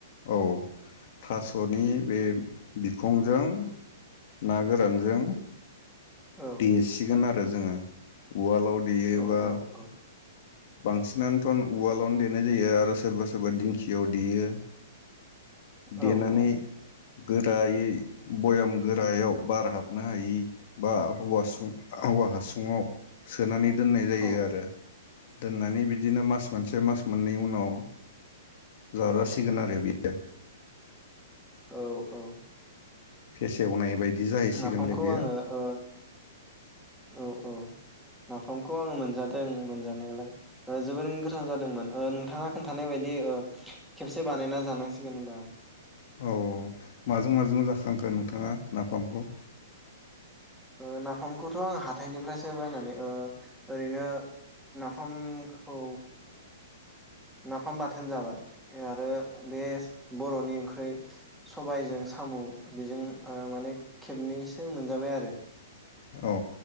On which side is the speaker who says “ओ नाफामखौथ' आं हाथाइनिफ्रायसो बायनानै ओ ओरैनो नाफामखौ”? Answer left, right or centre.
Centre